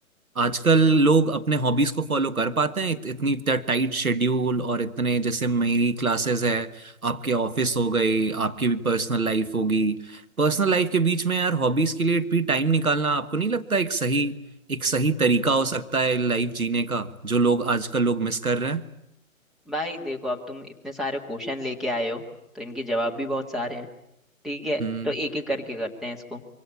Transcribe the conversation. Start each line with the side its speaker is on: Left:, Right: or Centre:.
Right: आजकल लोग अपने हॉबीज को फॉलो कर पाते हैं इत, इतनी टाइट शेड्यूल और इतने जैसे मेरी क्लासेस है आपके ऑफिस हो गई आपकी भी पर्सनल लाइफ होगी पर्सनल लाइफ के बीच में यार हॉबीज के लिए भी टाइम निकालना आपको नहीं लगता एक सही एक सही तरीका हो सकता है लाइफ जीने का जो लोग आजकल लोग मिस कर रहे हैं
Centre: भाई देखो अब तुम इतने सारे क्वेश्चन लेके आए हो तो इनके जवाब भी बहुत सारे हैं ठीक है
Right: हम्म
Centre: तो एक एक करके करते हैं इसको